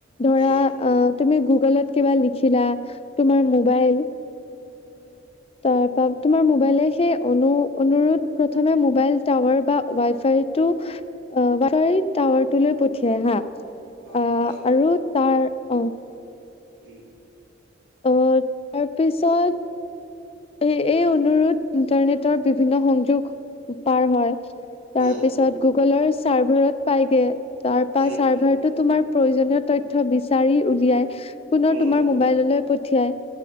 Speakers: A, on the left; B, on the right.
A: ধৰা
B: উম
A: অ। তুমি গুগলত কিবা লিখিলা তোমাৰ মোবাইল। তাৰপা তোমাৰ মোবাইলে সেই অনুৰোধ প্ৰথমে মোবাইল টাৱাৰ বা ৱাই ফাই। টো। অ বাৰী টাৱাৰটো লৈ পঠিয়াই হা আহ
B: অ ৰাউটাৰ
A: আৰু তাৰ। উম।
B: উম।
A: আহ তাৰ পিছত। এই এই অনুৰোধ ইন্টাৰনেটৰ বিভিন্ন সংযোগ পাৰ হয়। তাৰ
B: উম
A: পিছত গুগলৰ চাৰ্ভাৰত পাইগে তাৰপা
B: উম
A: চাৰ্ভাৰটো তোমাৰ। প্ৰয়োজনীয় তথ্য বিচাৰি উলিয়াই পুনৰ
B: উম
A: তোমাৰ মোবাইললৈ পঠিয়াই।